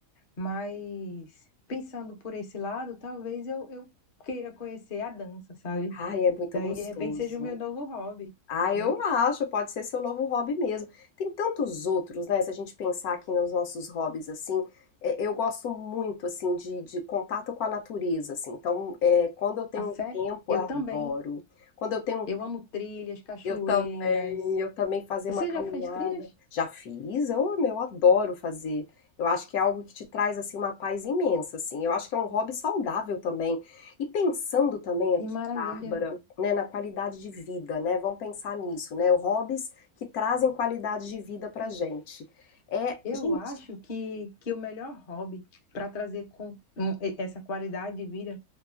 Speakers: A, on the left; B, on the left.
A: Mas pensando por esse lado, talvez eu, eu queira conhecer a dança, sabe?
B: Ai, é muito
A: Daí,
B: gostoso.
A: de repente, seja o meu novo hobby,
B: Ah, eu
A: né?
B: acho, pode ser seu novo hobby mesmo. Tem tantos outros, né? Se a gente pensar aqui nos nossos hobbies, assim, é, eu gosto muito, assim, de, de contato com a natureza, assim. Então, é, quando eu tenho
A: A sério,
B: um tempo,
A: eu
B: eu adoro.
A: também.
B: Quando eu tenho um
A: Eu amo trilhas, cachoeiras.
B: eu também, eu também fazer
A: Você
B: uma caminhada.
A: já fez trilhas?
B: Já fiz, eu, meu, eu adoro fazer. Eu acho que é algo que te traz assim uma paz imensa, assim. Eu acho que é um hobby saudável também. E pensando também aqui,
A: Que maravilha!
B: Bárbara, né, na qualidade de vida, né? Vamos pensar nisso, né? Hobbies que trazem qualidade de vida pra gente. É,
A: Eu
B: gente,
A: acho que, que o melhor hobby para trazer com, um, e- essa qualidade de vida